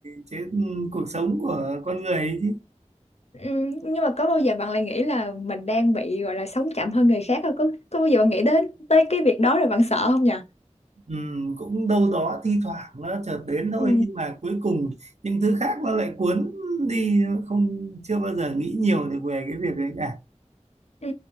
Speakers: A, on the right; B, on the left.
A: chế ừ, cuộc sống của con người ấy chứ
B: Ừ, nhưng mà có bao giờ bạn lại nghĩ là mình đang bị gọi là sống chậm hơn người khác không? Có, có bao giờ bạn nghĩ đến tới cái việc đó rồi bạn sợ không nhỉ?
A: ừ, cũng đâu đó thi thoảng nó chợt đến thôi
B: Ừ.
A: nhưng mà cuối cùng những thứ khác nó lại cuốn đi nó không chưa bao giờ nghĩ nhiều được về cái việc đấy cả
B: Ừ,